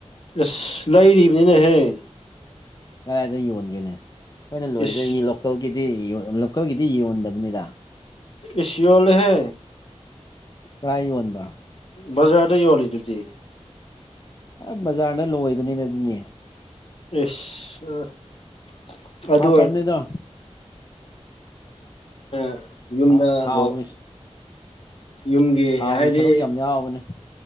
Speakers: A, on the left; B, on the left.
A: ꯏꯁꯂꯍꯤ ꯔꯤꯅꯦꯅ ꯍꯥꯏ
B: ꯀꯗꯥꯏꯗ ꯌꯣꯟꯒꯦꯅꯦ ꯑꯩꯈꯣꯏꯅ ꯂꯣꯏꯕ
A: ꯏꯁ
B: ꯂꯣꯀꯦꯜꯒꯤ ꯂꯣꯀꯦꯜꯒꯤꯗꯤ ꯌꯣꯟꯗꯕꯅꯤꯗ
A: ꯑꯦꯁꯤꯌꯣꯜꯍꯦ
B: ꯇꯥꯏ ꯑꯣꯏꯟꯕ
A: ꯃꯁꯗ ꯋꯥꯔꯤꯜꯂꯤꯗꯨꯗꯤ
B: ꯑ ꯕꯖꯥꯔꯅ ꯂꯣꯏꯕꯅꯤꯅ ꯑꯗꯨꯅꯦ
A: ꯏꯁ ꯑꯗꯨ
B: ꯑꯥꯎ ꯇꯝꯅꯤꯗꯣ
A: ꯑ ꯌꯨꯝꯗꯨꯝ
B: ꯊꯥ ꯊꯥꯎꯒꯤ
A: ꯌꯨꯝꯒꯤ
B: ꯊꯥꯎꯒꯤ
A: ꯍꯥꯏꯗꯤ
B: ꯁꯔꯨꯛ ꯌꯥꯝ ꯌꯥꯎꯕꯅꯦ